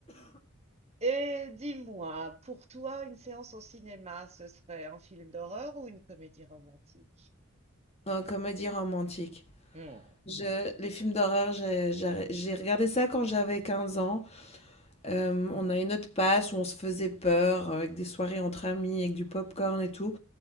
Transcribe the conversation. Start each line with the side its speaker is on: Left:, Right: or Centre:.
Right: Et dis-moi, pour toi, une séance au cinéma, ce serait un film d'horreur ou une comédie romantique?
Left: Euh, comédie romantique.
Right: Hmm,
Left: Je, les films d'horreur, j'ai j'ai- j'ai regardé ça quand j'avais 15 ans. Euh, on a une autre passe où on se faisait peur avec des soirées entre amis, avec du popcorn et tout.